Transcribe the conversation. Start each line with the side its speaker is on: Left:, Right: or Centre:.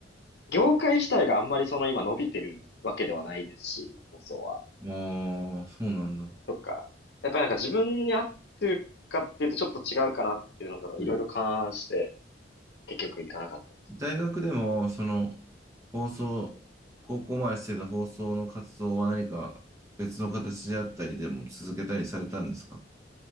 Left: 業界自体があんまりその今伸びてるわけではないですし、放送は。
Right: ああ、そうなんだ。
Left: とか、やっぱりなんか自分に合ってるかっていうとちょっと違うかなっていうのがいろいろ勘案して、
Right: ね
Left: 結局いかなかった。
Right: 大学でも、その、放送、高校までしてた放送の活動は何か別の形であったりでも続けたりされたんですか